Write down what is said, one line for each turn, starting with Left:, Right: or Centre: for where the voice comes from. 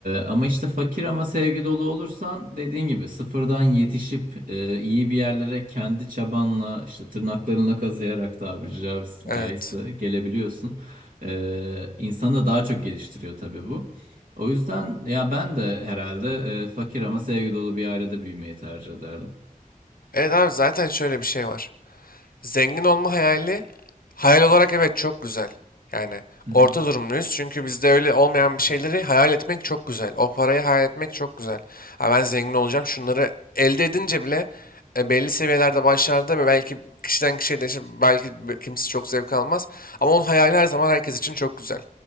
Right: ama işte fakir ama sevgi dolu olursan dediğin gibi sıfırdan yetişip e, iyi bir yerlere kendi çabanla işte tırnaklarına kazıyarak tabiri ca-
Left: Evet.
Right: caizse gelebiliyorsun. E, insanı daha çok geliştiriyor tabii bu. O yüzden ya ben de herhalde e, fakir ama sevgi dolu bir ailede büyümeyi tercih ederdim.
Left: Evet abi zaten şöyle bir şey var. Zengin olma hayali hayal olarak evet çok güzel. Yani
Right: Hı
Left: orta
Right: hı,
Left: durumluyuz çünkü bizde öyle olmayan bir şeyleri hayal etmek çok güzel. O parayı hayal etmek çok güzel. Ha ben zengin olacağım şunları elde edince bile e, belli seviyelerde başlarda ve belki kişiden kişiye değişir belki bir- kimisi çok zevk almaz. Ama onun hayali her zaman herkes için çok güzel.